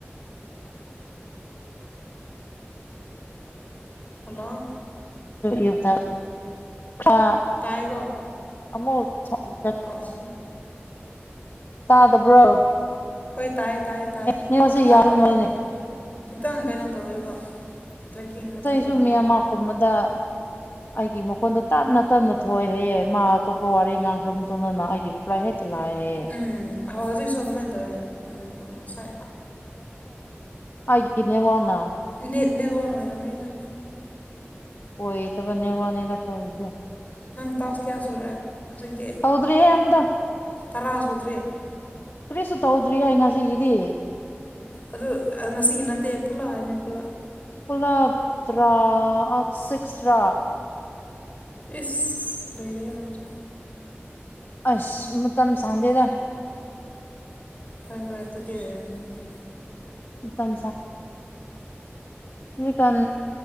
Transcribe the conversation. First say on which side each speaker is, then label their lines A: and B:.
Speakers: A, on the left; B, on the left.
A: ꯍꯜꯂꯣ
B: ꯌꯨꯗ ꯀ <inaudible>
A: ꯇꯥꯏꯒꯣ
B: ꯑꯃꯃ ꯊ <inaudible>
A: ꯑꯥ ꯑ
B: ꯇꯥꯗꯕ꯭ꯔꯣ
A: ꯍꯣꯏ ꯇꯥꯏꯌꯦ ꯇꯥꯏꯌꯦ ꯇꯥꯏꯌꯦ
B: ꯅꯦꯠꯋꯥꯛꯁꯦ
A: ꯇꯥꯈ꯭ꯔꯦ
B: ꯌꯥꯗꯕꯅꯦ
A: ꯈꯤꯇꯪ ꯀꯩꯅꯣ ꯇꯧꯋꯦꯕ ꯇ꯭ꯔꯦꯛꯀꯤꯡ ꯑꯃ
B: ꯑꯇꯩꯁꯨ
A: ꯆꯠꯂꯦꯕ
B: ꯃꯤ
A: ꯑꯗꯨꯒꯤ
B: ꯑꯃ ꯀꯨꯝꯕꯗ ꯑꯩꯒꯤ ꯃꯈꯣꯟꯗꯣ ꯇꯞꯅ ꯇꯞꯅ ꯊꯣꯛꯑꯦꯍꯌꯦ ꯃꯥ ꯑꯇꯣꯞꯄ ꯋꯥꯔꯤ ꯉꯥꯡꯈ ꯇꯅ ꯅꯅꯥꯒꯤꯔꯤꯄ꯭ꯂ ꯍꯦ ꯆꯂꯌꯦ <inaudible>
A: ꯎꯝ ꯍꯧꯖꯤꯛꯁꯨ ꯑꯇꯨꯃꯥꯏ ꯇꯧꯋꯦ ꯎꯝ ꯉꯁꯥꯏ
B: ꯍꯥꯏꯅꯦ <inaudible> ꯋꯥꯅ
A: ꯅꯦꯠꯋꯥꯛ ꯑꯣꯏꯔꯅꯤꯗ
B: ꯑꯣꯏꯣꯏ ꯇ ꯦ ꯋꯥꯅꯦ ꯂ ꯁꯖ <inaudible>
A: ꯅꯪ ꯇꯥꯎꯁ ꯀꯌꯥ ꯁꯨꯔꯦ ꯍꯧꯖꯤꯛꯇꯤ
B: ꯇꯧꯗ꯭ꯔꯤꯍꯦ ꯑꯝꯇ
A: ꯇꯔꯥ ꯁꯨꯗ꯭ꯔꯤ
B: ꯀꯔꯤꯁꯨ ꯇꯧꯗ꯭ꯔꯤ ꯑꯩ ꯉꯁꯤ ꯒꯤꯗꯤ
A: ꯑꯗꯨ ꯉꯁꯤꯒꯤ ꯅꯠꯇꯦ ꯄꯨꯜꯂꯞ ꯍꯥꯏꯕꯅꯤ ꯄꯨꯜꯂꯞ
B: ꯄꯨꯂ ꯇ꯭ꯔꯥ ꯑ ꯁꯤꯛꯁ꯭ꯔꯥ
A: ꯏꯁ ꯅꯩꯔꯦ ꯅꯪꯁꯣ
B: ꯑꯁ ꯃꯇꯝ ꯁꯪꯇꯦꯗ
A: ꯍꯣꯏ ꯍꯣꯏ ꯑꯗꯨꯗꯤ ꯑꯣꯏꯔꯝꯃꯤ
B: ꯎꯝ ꯆꯕꯦꯀ